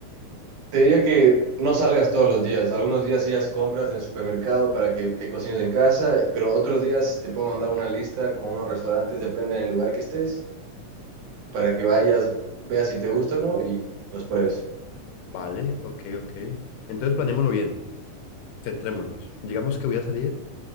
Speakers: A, on the right; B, on the left.
A: Te diría que no salgas todos los días. Algunos días sí haz compras en el supermercado para que te cocines en casa, pero otros días te puedo mandar una lista con unos restaurantes, depende del lugar que estés para que vayas, veas si te gusta o no y los pruebes.
B: Vale, ok, ok. Entonces planeémoslo bien, centrémonos. Digamos que voy a salir,